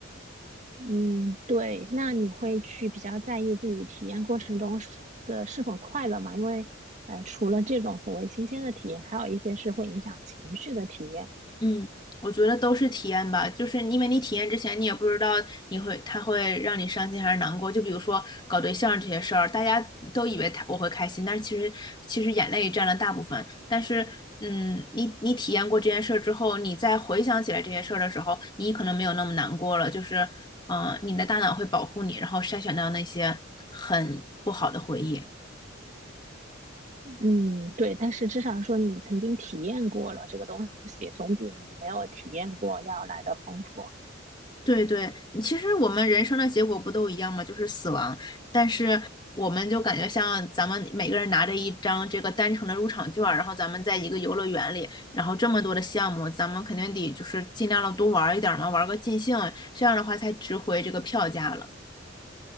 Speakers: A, on the right; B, on the left.
A: 嗯，对，那你会去比较在意自己体验过程中是的是否快乐嘛？因为呃，除了这种所谓新鲜的体验，还有一些是会影响情绪的体验。
B: 嗯，我觉得都是体验吧，就是因为你体验之前，你也不知道你会他会让你伤心还是难过。就比如说搞对象这些事儿，大家都以为他我会开心，但是其实其实眼泪占了大部分。但是，嗯，你你体验过这件事儿之后，你再回想起来这些事儿的时候，你可能没有那么难过了。就是，嗯、你的大脑会保护你，然后筛选到那些很不好的回忆。
A: 嗯，对，但是至少说你曾经体验过了这个东西，总比你没有体验过要来的丰富。
B: 对对，其实我们人生的结果不都一样吗？就是死亡，但是我们就感觉像咱们每个人拿着一张这个单程的入场券儿，然后咱们在一个游乐园里，然后这么多的项目，咱们肯定得就是尽量的多玩儿一点儿嘛，玩儿个尽兴，这样的话才值回这个票价了。